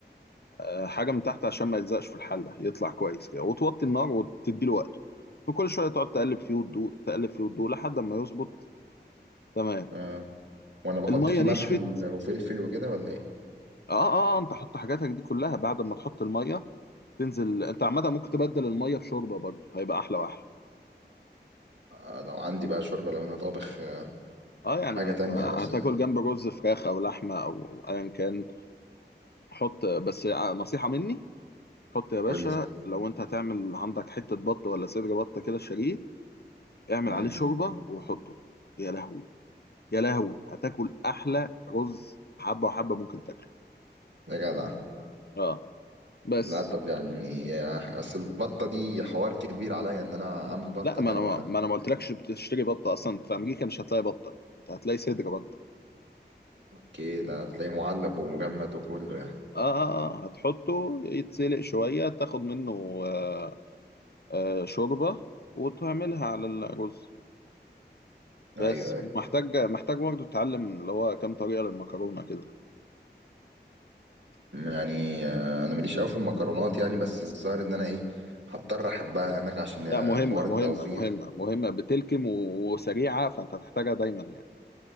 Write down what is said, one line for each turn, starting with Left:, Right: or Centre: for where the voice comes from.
Left: آه، حاجه من تحت عشان ما يلزقش في الحله يطلع كويس كده وتوطي النار وتدي له وقته وكل شويه تقعد تقلب فيه وتدوق تقلب فيه وتدوق لحد ما يظبط تمام
Right: آه. وانا بحط
Left: الميه
Right: فيه
Left: نشفت
Right: ملح وفلفل وكده ولا ايه
Left: اه اه آه، انت حط حاجاتك دي كلها بعد ما تحط الميه تنزل انت عامه ممكن تبدل الميه بشوربه برضه هيبقى احلى واحلى
Right: آه لو عندي بقى شوربة لو انا طابخ آه
Left: اه يعني
Right: حاجة
Left: ما انت
Right: تانية
Left: هتاكل
Right: بس آه،
Left: جنب رز فراخ او لحمه او ايا كان حط بس نصيحه مني حط يا باشا
Right: قول لي
Left: لو انت هتعمل عندك حته بط ولا صدر بط كده شاريه اعمل
Right: مم،
Left: عليه شوربه وحطه يا لهوي يا لهوي هتاكل احلى رز حبه وحبه ممكن تاكله
Right: يا جدع
Left: اه بس
Right: لا طب يعني آه، اصل البطة دي حوار كبير عليا ان انا اعمل بطة
Left: لا ما
Right: دي
Left: انا
Right: انا ما
Left: ما انا ما قلتلكش بتشتري بطه اصلا في امريكا مش هتلاقي بطه انت هتلاقي صدر بطه
Right: كده هتلاقيه معلب ومجمد وكله يعني
Left: اه اه اه هتحطه يتسلق شويه تاخد منه آه آه شوربه وتعملها على الرز بس
Right: ايوه ايوه
Left: ومحتاج محتاج برضه تتعلم اللي هو كام طريقه للمكرونه كده
Right: يعني آه، انا ماليش قوي في المكرونات يعني بس الظاهر ان انا ايه هضطر احبها هناك عشان
Left: لا
Right: آه،
Left: مهمه
Right: حوار
Left: مهمه
Right: التوفير
Left: مهمه مهمه بتلكم و- وسريعه فانت هتحتاجها دايما يعني